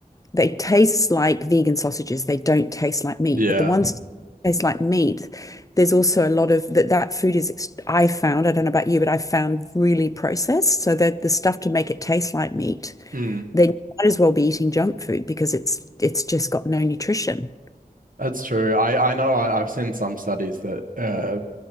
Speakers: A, on the left (about 20°); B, on the right (about 60°).
A: they taste like vegan sausages. They don't taste like meat,
B: yeah.
A: but the ones that taste like meat. There's also a lot of that that food is I found, I don't know about you, but I found really processed. So that the stuff to make it taste like meat
B: Mm.
A: then you might as well be eating junk food because it's it's just got no nutrition.
B: That's true. I, I know I, I've seen some studies that uh,